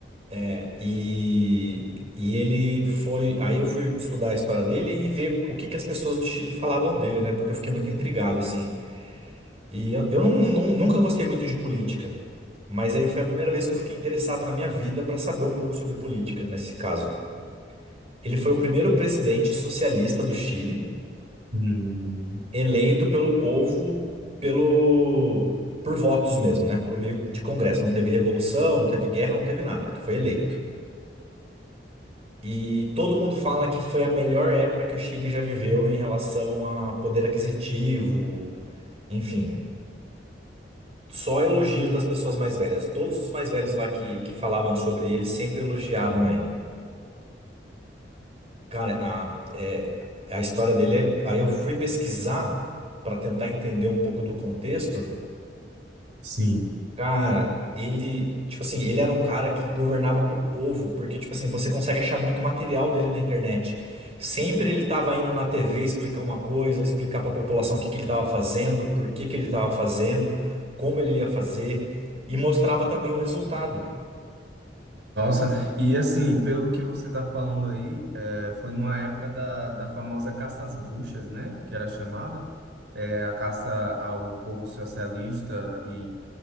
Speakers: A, on the right; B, on the right.
A: É, E, e ele foi. Aí eu fui estudar a história dele e ver o que que as pessoas do Chile falavam dele, né? Porque eu fiquei muito intrigado, assim. E eu, eu não- nu- nunca gostei muito de política, mas aí foi a primeira vez que eu fiquei interessado na minha vida para saber um pouco sobre política, nesse caso. Ele foi o primeiro presidente socialista do Chile,
B: Hum,
A: eleito pelo povo, pelo por votos mesmo, né? Pelo meio de congresso. Não teve revolução, não teve guerra, não teve nada. Ele foi eleito. E todo mundo fala que foi a melhor época que o Chile já viveu em relação a poder aquisitivo, enfim. Só elogios das pessoas mais velhas. Todos os mais velhos lá que, que falavam sobre ele sempre elogiavam ele. Cara, a, é- a história dele é. Aí eu fui pesquisar pra tentar entender um pouco do contexto.
B: sim.
A: Cara, ele. Tipo assim, ele era um cara que governava pro povo, porque, tipo assim, você consegue achar muito material dele na internet. Sempre ele tava indo na TV explicar uma coisa, explicar pra população o que que ele tava fazendo, por que que ele tava fazendo, como ele ia fazer, e mostrava também o resultado.
B: Nossa, e assim, pelo que você está falando aí, é, foi numa época da, da famosa caça às bruxas, né? Que era chamada, é, a caça ao povo socialista e